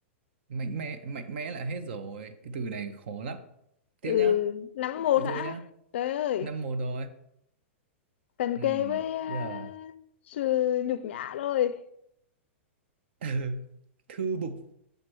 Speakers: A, on the right; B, on the left.
A: mạnh mẽ mạnh mẽ là hết rồi cái từ này khó lắm tiếp
B: ừ
A: nhá
B: nắm một
A: chịu
B: hả
A: thua nhá
B: trời ơi
A: năm một rồi
B: cần
A: ừ
B: kề với à,
A: bây giờ
B: sự nhục nhã rồi
A: <laughs> thư mục